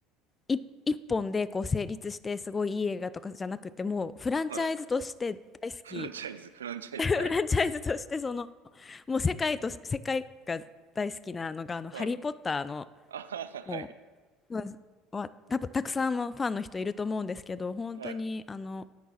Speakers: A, on the left; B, on the right.
A: い一本でこう成立してすごいいい映画とかじゃなくてもうフランチャイズとして大好き
B: はい。フランチャイズ、フランチャイズ、
A: <laughs> フランチャイズとしてその
B: はい。
A: もう世界と世界が大好きなのがあの「ハリー・
B: はい。
A: ポッター」の
B: あははい。
A: もう、うんはた、たくさんのファンの人いると思うんですけど本当にあの
B: はい。